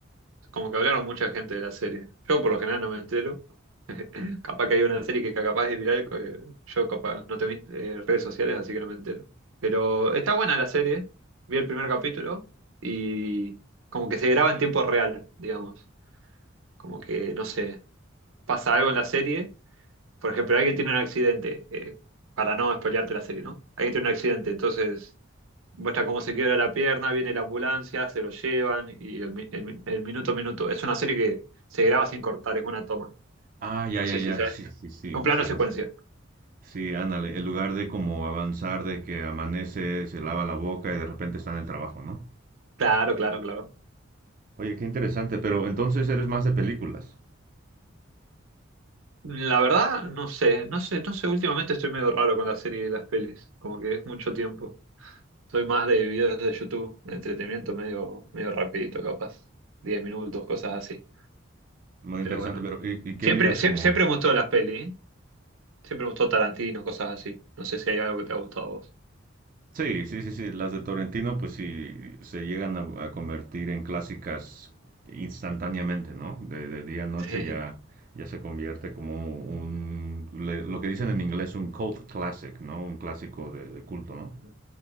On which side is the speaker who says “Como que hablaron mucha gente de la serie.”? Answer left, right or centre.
Right